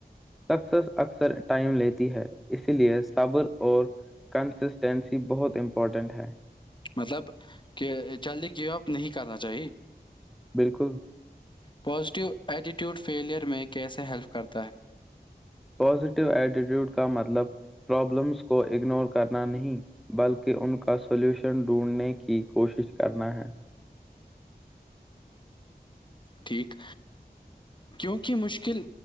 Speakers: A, in the centre; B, on the left.
A: سر اکثر ٹائم لیتی ہے اسی لیے صابر اور کنسسٹینسی بہت امپورٹنٹ ہے
B: مطلب کہ جلدی گیو اپ نہیں کرنا چاہی
A: بالکل
B: پوازیٹیو ایٹیٹیوڈ فیلیئر میں کیسے ہیلپ کرتا ہے
A: پازیٹیو ایٹیٹیوڈ کا مطلب پرابلمس کو اگنور کرنا نہیں بلکہ ان کا سولوشن ڈھونڈنے کی کوشش کرنا ہے
B: ٹھیک کیونکہ مشکل